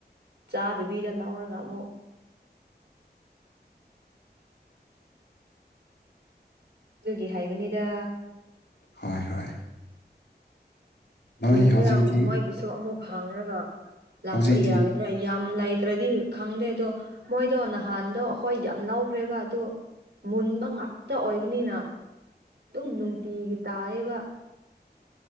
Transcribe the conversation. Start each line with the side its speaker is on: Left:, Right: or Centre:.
Right: ꯆꯥꯗꯨꯕꯤꯗ ꯂꯧꯔꯒ ꯑꯃꯨꯛ ꯨꯒꯒꯤ ꯍꯥꯏꯕꯅꯤꯗ
Left: ꯍꯣꯏ ꯍꯣꯏ ꯅꯣꯏ
Right: ꯌꯦꯡꯒꯦ
Left: ꯍꯧꯖꯤꯛꯇꯤ
Right: ꯃꯣꯏꯕꯨꯁꯨ ꯑꯃꯨꯛ ꯍꯥꯡꯉꯒ ꯂꯥꯛꯄ
Left: ꯍꯧꯖꯤꯛꯇꯤ
Right: ꯌꯥꯒꯅꯤ ꯌꯥꯝ ꯂꯩꯇ꯭ꯔꯗꯤ ꯈꯪꯗꯦ ꯑꯗꯣ ꯃꯣꯏꯗꯣ ꯅꯍꯥꯟꯗꯣ ꯑꯩꯈꯣꯏ ꯌꯥꯝ ꯂꯧꯈ꯭ꯔꯦꯕ ꯑꯗꯣ ꯃꯨꯟꯕ ꯉꯥꯛꯇ ꯑꯣꯏꯕꯅꯤꯅ ꯑꯗꯨꯝ ꯅꯨꯡꯇꯤꯒꯤ ꯇꯥꯏꯌꯦꯕ